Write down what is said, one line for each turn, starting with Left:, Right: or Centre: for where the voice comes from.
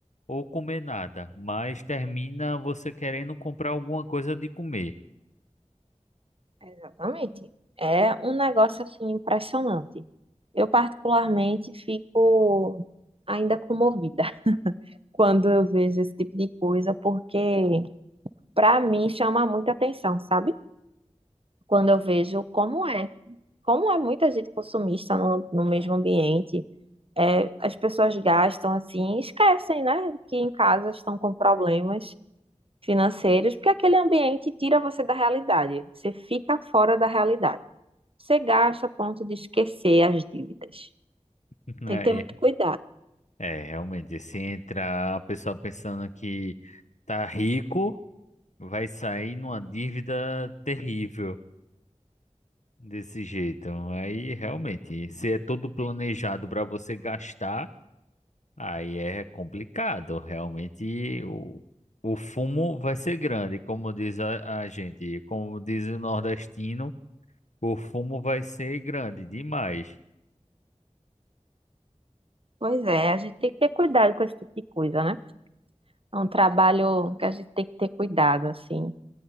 Left: ou comer nada, mas termina você querendo comprar alguma coisa de comer.
Right: Exatamente. É um negócio assim impressionante. Eu particularmente fico ainda comovida <laughs> quando eu vejo esse tipo de coisa, porque para mim chama muita atenção, sabe? Quando eu vejo como é, como é muita gente consumista no, no mesmo ambiente, é, as pessoas gastam assim, esquecem, né, que em casa estão com problemas financeiros, porque aquele ambiente tira você da realidade, você fica fora da realidade. Você gasta a ponto de esquecer as dívidas.
Left: <laughs>
Right: Tem que ter
Left: Aí,
Right: muito cuidado.
Left: é, realmente, se entra a pessoa pensando que tá rico, vai sair numa dívida terrível. Desse jeito. Aí realmente, se é todo planejado para você gastar, aí é complicado. Realmente o, o fumo vai ser grande, como diz a, a gente, como diz o nordestino, o fumo vai ser grande demais.
Right: Pois é, a gente tem que ter cuidado com esse tipo de coisa, né? É um trabalho que a gente tem que ter cuidado, assim,